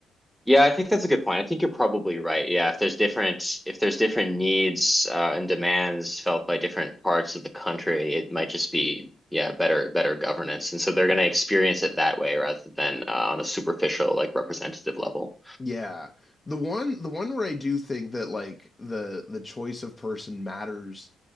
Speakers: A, in the centre; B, on the left (about 20°).
A: Yeah, I think that's a good point. I think you're probably right. Yeah, if there's different if there's different needs uh, and demands felt by different parts of the country, it might just be yeah better better governance, and so they're going to experience it that way rather than uh, on a superficial like representative level.
B: Yeah. The one the one where I do think that like the the choice of person matters